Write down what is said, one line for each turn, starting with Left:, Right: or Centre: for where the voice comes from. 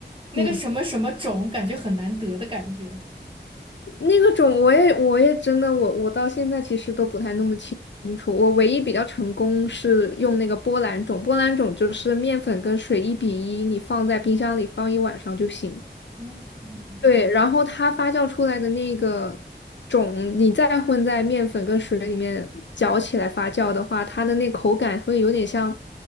Right: 那个什么什么种，
Left: 吐司
Right: 感觉很难得的感觉。
Left: 那个种我也我也真的我我到现在其实都不太弄得清清楚，我唯一比较成功是用那个波兰种，波兰种就是面粉跟水一比一，你放在冰箱里放一晚上就行。
Right: 嗯，
Left: 对，然后它发酵出来的那个种，你再混在面粉跟水里面搅起来发酵的话，它的那口感会有点像